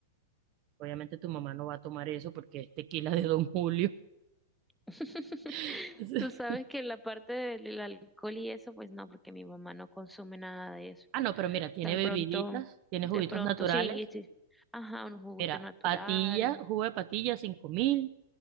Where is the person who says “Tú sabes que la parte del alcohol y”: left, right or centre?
Centre